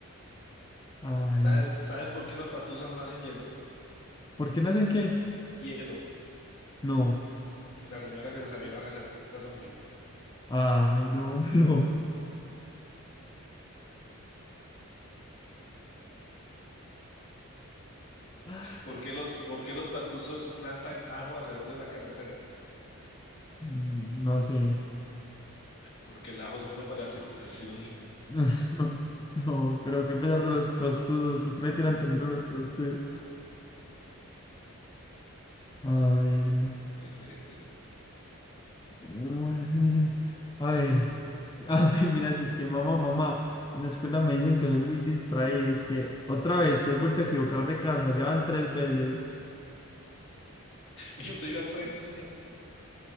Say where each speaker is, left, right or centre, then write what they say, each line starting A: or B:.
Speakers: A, on the left (about 20°); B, on the left (about 55°).
A: Ay,
B: ¿Sabes, sabes por qué los pastuzos no hacen hielo?
A: ¿por qué no hacen qué?
B: Hielo.
A: No.
B: La señora que se sabía la receta se murió.
A: Ay, no, <laughs> pero.
B: ¿Por qué los, por qué los pastusos plantan ajo alrededor de las carreteras?
A: Mm, No sé.
B: Porque el ajo es bueno para la circulación.
A: <laughs> No, pero qué pesar de los prostudos. ¿Por qué le tiran tan duro a los prostudos? A ver, no.
B: <laughs>
A: No, eso me dice- A ver. <laughs> A mí, mira, si es que mamá, mamá. En la escuela me dicen que soy muy distraído. Es que otra vez te has vuelto a equivocar de casa. Ya van tres veces.
B: Yo se iba al frente,